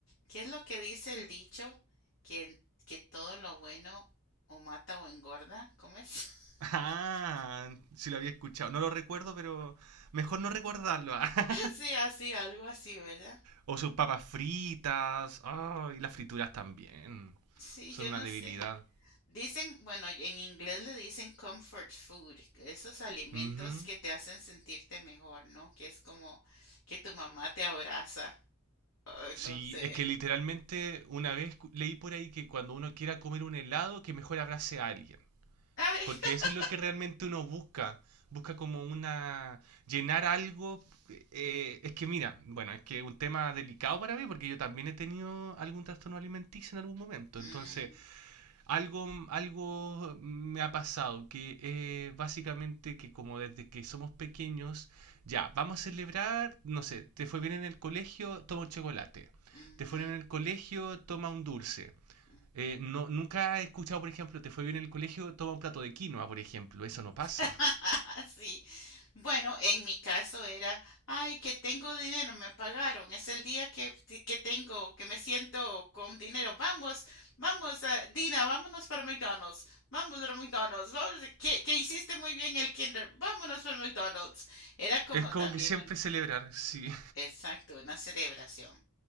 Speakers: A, on the left; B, on the right.
A: ¿Qué es lo que dice el dicho? Que, que todo lo bueno o mata o engorda, ¿cómo es? <laughs>
B: Ah, sí lo había escuchado, no lo recuerdo, pero mejor no recordarlo. <laughs>
A: Sí, así, algo así, ¿verdad?
B: O sus papas fritas. Ah, y las frituras también.
A: Sí,
B: Son
A: yo
B: una
A: no
B: debilidad.
A: sé. Dicen, bueno, en inglés le dicen comfort food, esos alimentos
B: Ujú.
A: que te hacen sentirte mejor, ¿no? Que es como que tu mamá te abraza. Ay,
B: Sí,
A: no sé.
B: es que literalmente una vez cu- leí por ahí que cuando uno quiera comer un helado, que mejor abrace a alguien.
A: Ay.
B: Porque
A: <laughs>
B: eso es lo que realmente uno busca. Busca como una... llenar algo. eh, es que mira, bueno, es que es un tema delicado para mí porque yo también he tenido algún trastorno alimenticio en algún momento.
A: Mm,
B: Entonces, Algo, algo me ha pasado, que eh, básicamente que como desde que somos pequeños, ya, vamos a celebrar, no sé, te fue bien en el colegio, toma un chocolate,
A: ujú,
B: te fue bien en el colegio, toma un dulce.
A: ujú.
B: Eh, no, nunca he escuchado, por ejemplo, te fue bien en el colegio, toma un plato de quinoa, por ejemplo, eso no pasa.
A: <laughs> Sí. Bueno, en mi caso era, ay, que tengo dinero, me pagaron, es el día que, que tengo, que me siento con dinero. Vamos, vamos, ah, Dina, vámonos para McDonald's, vamos para McDonald's, vamos, que, que hiciste muy bien el kinder, vámonos para McDonald's. Era como
B: Es como
A: también
B: que siempre
A: un,
B: celebrar, sí.
A: exacto, una celebración.